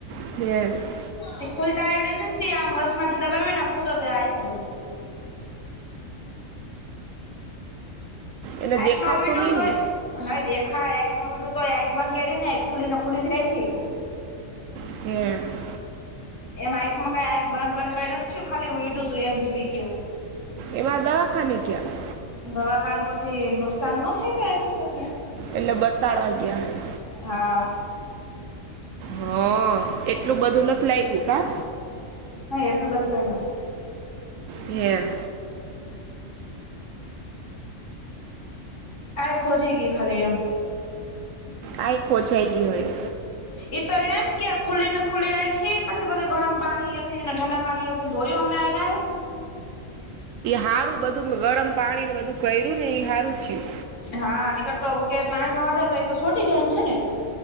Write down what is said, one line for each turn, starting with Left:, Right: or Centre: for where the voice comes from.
Right: <inaudible>
Left: તે ખુલતા આવીને આમ વસ માંથી દબાવી ને આમ ખુલતોફધું.
Right: એને
Left: એસમાં
Right: દેખાતું
Left: વડું
Right: નહીં
Left: તો. દેખા એક ન વિીડું તો એક બંધ કરી ને એક ખુલી ને ખુલી જ રાખી.
Right: <inaudible> <unintelligible>
Left: એમ આંખમાં કઈ આ બંધ બંધ કઈ નથી. ખાલી ઉડું તું એમ જીરીક એવું.
Right: એમાં દવાખાને ગયા?
Left: દવાખાને પછી નુકસાન ન થાય તને પછી.
Right: એટલે બતાડવા ગ્યાં.
Left: હા.
Right: હ એટલું બધું નથી લાગ્યું કા.
Left: ન એટલું બધી કરીના.
Right: એ.
Left: આ ખોજેગી ખાલી એમ.
Right: આ એક હો જાયગ હોય.
Left: એ તો એમ કે ખુલ્લી ને ખુલ્લી રાખી. પછી બધું ગરમ પાણી થઈને ઠંડા પાણીને ધોય્યું અમે આવીને.
Right: સારું બધું ગરમ પાણી ને બધું કર્યું ને હારું થયું.
Left: હા નીકળતો હું કે પાણી નો ઓર્ડર તો એ તો સોટી જમ છે ને.